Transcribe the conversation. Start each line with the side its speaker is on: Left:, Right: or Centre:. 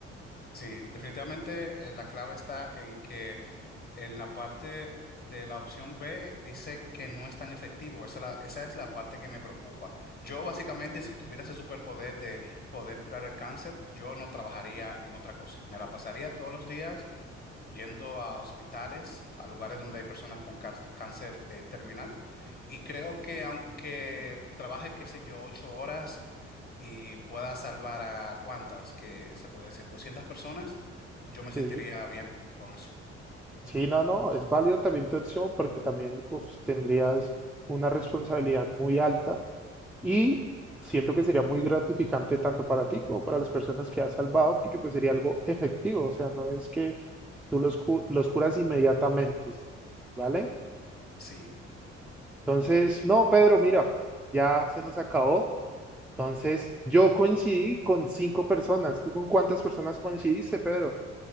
Left: sí. Definitivamente eh, la clave está en que en la parte de la opción B dice que no es tan efectivo. Esa, la- esa es la parte que me preocupa. Yo básicamente, si tuviera ese superpoder de poder curar el cáncer, yo no trabajaría en otra cosa. Me la pasaría todos los días yendo a hospitales, a lugares donde hay personas con cár- cáncer eh, terminal. Y creo que aunque trabaje, qué sé yo, ocho horas y pueda salvar a cuántas, que se puede decir, doscientas personas, yo me sentiría
Centre: Sí,
Left: bien con eso.
Centre: sí, no, no, es válido también tu opción porque también uf, tendrías una responsabilidad muy alta Y siento que sería muy gratificante tanto para ti como para las personas que has salvado, porque pues sería algo efectivo, o sea, no es que tú los, cu- los curas inmediatamente, ¿vale?
Left: Sí,
Centre: Entonces, no, Pedro, mira, ya se nos acabó. Entonces, yo coincidí con cinco personas. ¿Tú con cuántas personas coincidiste, Pedro?